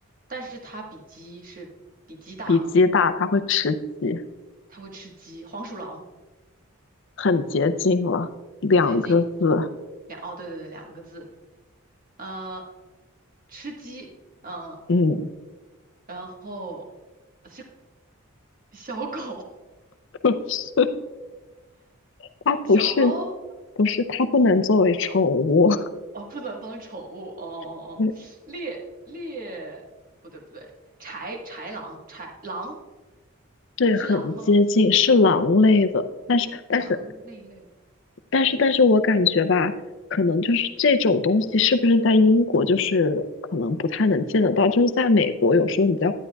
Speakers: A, on the right; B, on the left.
A: 但是它比鸡是比鸡大吗？
B: 比鸡大，它会吃鸡，
A: 它会吃鸡，黄鼠狼
B: 很接近了，两个字，
A: 很接近，两哦对对对两个字，呃，吃鸡，嗯，
B: 嗯，
A: 然后是小狗，
B: <laughs> 不是，它不是
A: <laughs> 小猫。
B: 不是，它不能作为宠物，
A: 哦，不能当宠物，哦哦哦，
B: <laughs> 对，
A: 猎猎，不对不对，豺豺狼，豺狼
B: 对，
A: 是狼吗？
B: 很接近，是狼类的，但是但是
A: 狼那一类。
B: 但是但是我感觉吧，可能就是这种东西是不是在英国就是可能不太能见得到，就是在美国有时候你在